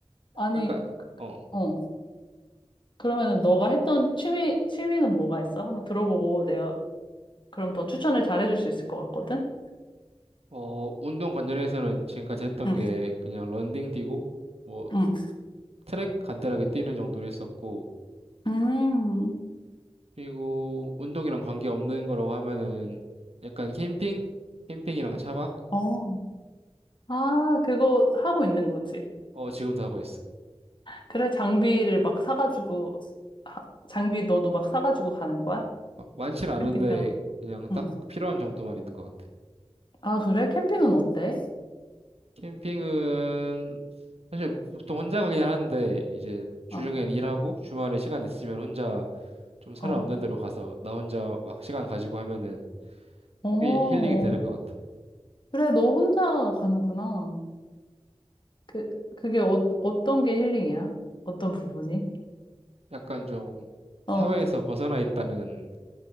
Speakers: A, on the left; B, on the right.
A: 아니,
B: 약간, 어,
A: 어. 그러면은 너가 했던 취미, 취미는 뭐가 있어? 한번 들어보고 내가 그럼 더 추천을 잘해줄 수 있을 것 같거든?
B: 어, 운동 관련해서는 지금까지 했던
A: 응, 응,
B: 게 그냥 런닝 뛰고, 뭐,
A: 응.
B: 트랙 간단하게 뛰는 정도로 했었고,
A: 음,
B: 그리고 운동이랑 관계없는 거라고 하면은 약간 캠핑? 캠핑이랑 차박?
A: 어, 아, 그거 하고 있는 거지.
B: 어, 지금도 하고 있어.
A: 그래, 장비를 막 사가지고, 하- 장비 너도 막 사가지고 가는 거야?
B: 막많는 않은데
A: 캠핑장은?
B: 그냥
A: 응.
B: 딱 필요한 정도만 있는 것 같아.
A: 아, 그래? 캠핑은 어때?
B: 캠핑은 사실 보통 혼자 가긴 하는데 이제 주중엔
A: 어,
B: 일하고 주말에 시간 있으면 혼자 좀 사람
A: 어,
B: 없는 데로 가서 나 혼자 막 시간 가지고 하면은
A: 어.
B: 꽤 힐링이 되는 것 같아.
A: 그래, 너 혼자 가는구나. 그, 그게 어, 어떤 게 힐링이야? 어떤 부분이?
B: 약간 좀
A: 어,
B: 사회에서 벗어나 있다는